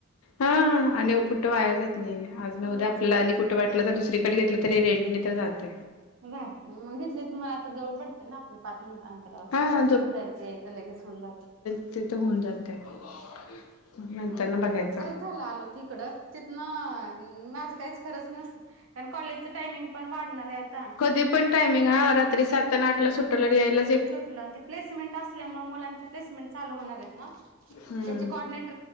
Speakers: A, on the left (about 80°); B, on the right (about 70°).
A: हां आणि कुठ वाया जात नाही आज न उद्या आपल्याला आणि कुठ वाटल तर दुसरीकडे घेतल तरी रेंटनी तरी जात.
B: हे घ्या मग घेतले तुम्हास. जवळ पडतय ना आपल पाच मिनिट अंतरावर
A: हा
B: जायच यायच लगेच होऊन जातय.
A: तिथ होऊन जातय मग नंतरण बघायच.
B: झाल आलोत हिकड तिथन माझ काहीच खरच नसतय. कारण कॉलेजच टायमिंग पण वाढणार आहे आता.
A: ते पण टायमिंग रात्री सातन आठला सुटायला आणि यायला.
B: सुटल प्लेसमेंट असल्यामुळ मुलांच प्लेसमेंट चालू होणारयेत ना त्याचे
A: हम्म.
B: कोऑर्डीनेट.